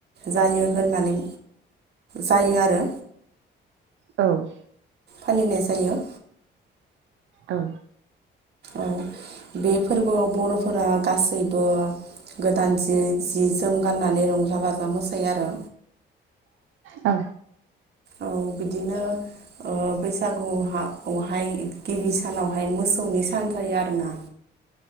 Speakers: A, on the right; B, on the right.
A: जायो होननानै जायो आरो।
B: औ।
A: फालिनाय जायो।
B: औ।
A: औ बे फोर्बोआव बर'फोरा गासैबो गोदान जि जि जोम गाननानै रंजा बाजा मोसायो आरो।
B: औ।
A: औ बिदिनो ओ बैसागुवावहा बहाय गिबि सानावहाय मोसौनि सान जायो आरोना।